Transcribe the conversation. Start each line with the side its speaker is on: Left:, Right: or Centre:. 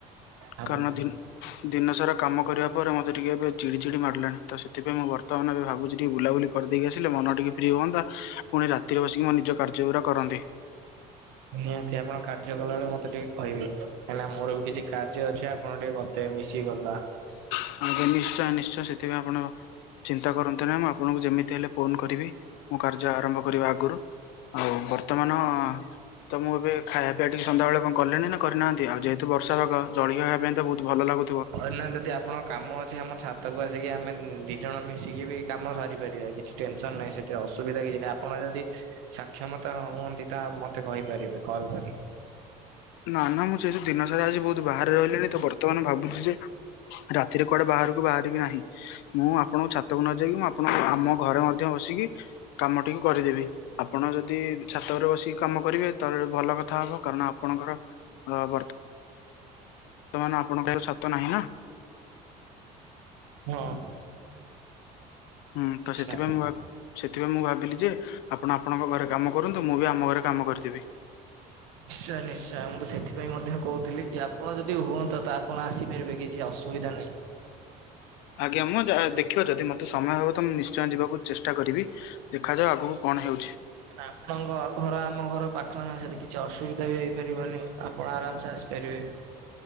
Right: ଆପଣ
Left: କାରଣ ଦିନ ଦିନସାରା କାମ କରିବା ପରେ ମତେ ଟିକିଏ ଏବେ ଚିଡ଼ି ଚିଡ଼ି ମାଡିଲାଣି। ତ ସେଥିପାଇଁ ମୁଁ ବର୍ତ୍ତମାନ ଏବେ ଭାବୁଛି ଟିକେ ବୁଲାବୁଲି କରିଦେଇକି ଆସିଲେ ମନ ଟିକେ ଫ୍ରି ହୁଅନ୍ତା ପୁଣି ରାତିରେ ବସିକି ମୋ ନିଜ କାର୍ଯ୍ୟଉରା କରନ୍ତି।
Right: ନିହାତି ଆପଣ କାର୍ଯ୍ୟ କଲାବେଳେ ମତେ ଟିକେ କହିବେ କାହିଁକିନା ମୋର ବି କିଛି କାର୍ ଯ୍ୟ ଅଛି ଆପଣ ଟିକେ ବତେଇବେ ମିଶିକି କରିଦବା।
Left: ହଁ ଆଜ୍ଞା ନିଶ୍ଚୟ ନିଶ୍ଚୟ ସେଥିପାଇଁ ଆପଣ ଚିନ୍ତା କରନ୍ତୁ ନି ମୁଁ ଆପଣଙ୍କୁ ଯେମିତି ହେଲେ ଫୋନ କରିବି। ମୁଁ କାର୍ଯ୍ୟ ଆରମ୍ଭ କରିବା ଆଗୁରୁ ଆଉ ବର୍ତ୍ତମାନ ତ ମୁଁ ଏବେ ଖା ବା ଟିକେ ସନ୍ଧ୍ୟା ବେଳେ କଣ କଲେଣି ନା କରିନାହାନ୍ତି ଆଉ ଯେହେତୁ ବର୍ଷାପାଗ ଜଳଖିଆ ଖାଇବା ପାଇଁ ତ ବହୁତ ଭଲ ଲାଗୁ
Right: କହିଲି ନା ଯଦି ଆପଣ କାମ ଅଛି ଆମ ଛାତକୁ ଆସିକି ଆମେ ଦି ଜଣ ମିଶିକି ବି କାମ ସାରିପାରିବା କିଛି ଟେନସନ ନାହିଁ ସେଥିରେ ଅସୁବିଧା କିଛି ନାହିଁ ଆପଣ ଯଦି ଶାକ୍ଷମତା ହୁଅନ୍ତି ତା ମତେ କହିପାରିବେ କଲ କରି।
Left: ନା ନା ମୁଁ ସେଇ ଯଉ ଦିନ ସାରା ଆଜି ବହୁତ ବାହାରେ ରହିଲିଣି ତ ବର୍ତ୍ତମାନ ଭାବୁଛି ଯେ ରାତିରେ କୁଆଡେ ବାହାରକୁ ବାହାରିବି ନାହିଁ। ମୁଁ ଆପଣଙ୍କ ଛାତକୁ ନ ଯାଇକି ମୁଁ ଆପଣ ଆମ ଘରେ ମଧ୍ୟ ବସିକି କାମ ଟିକୁ କରିଦେବି। ଆପଣ ଯଦି ଛାତ ଉପରେ ବସିକି କାମ କରିବେ ତାହେଲେ ଭଲ କଥା ହବ କାରଣ ଆପଣଙ୍କର ବର୍ତ୍ତ ର୍ତ୍ତମାନ ଆପଣଙ୍କ ଛାତ ନାହିଁ ନା।
Right: ହଁ।
Left: ହୁଁ
Right: ଆଚ୍ଛା।
Left: ତ ସେଥିପାଇଁ ମୁଁ ଭାବି ସେଥିପାଇଁ ମୁଁ ଭାବିଲି ଯେ ଆପଣ ଆପଣଙ୍କ ଘରେ କାମ କରନ୍ତୁ, ମୁଁ ବି ଆମ ଘରେ କାମ କରିଦେବି।
Right: ନିଶ୍ଚୟ ନିଶ୍ଚୟ ମୁଁ ତ ସେଥିପାଇଁ ମଧ୍ୟ କହୁଥିଲି କି ଆପଣ ଯଦି ହୁଅନ୍ତା ତ ଆପଣ ଆସିପାରିବେ କିଛି ଅ ସୁବିଧା ନାହିଁ।
Left: ଆଜ୍ଞା ମୁଁ ଦେଖିବା ଯଦି ମତେ ସମୟ ହବ। ତ ମୁ ନିଶ୍ଚୟ ଯିବାକୁ ଚେଷ୍ଟା କରିବି ଦେଖାଯାଉ ଆଗକୁ କଣ ହେଉଛି।
Right: କାଇଁ ନା ଆପଣଙ୍କ ଘର ଆମ ଘର ପାଖ ନା ସେଠି କିଛି ଅସୁବିଧା ବି ହେଇପାରିବନି। ଆପଣ ଆରାମ ସେ ଆସିପାରିବେ।